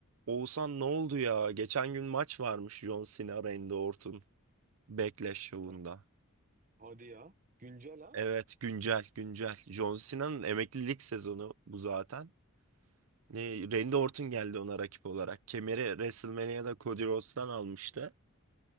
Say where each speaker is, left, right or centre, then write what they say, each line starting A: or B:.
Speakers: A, on the right; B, on the right.
A: Oğuzhan ne oldu ya? Geçen gün maç varmış John Cena Randy Orton Backlash şovunda.
B: Ah, Hadi ya. Güncel ha?
A: Evet güncel güncel. John Cena'nın emeklilik sezonu bu zaten. E, Randy Orton geldi ona rakip olarak. Kemeri WrestleMania'da Cody Rhodes'tan almıştı.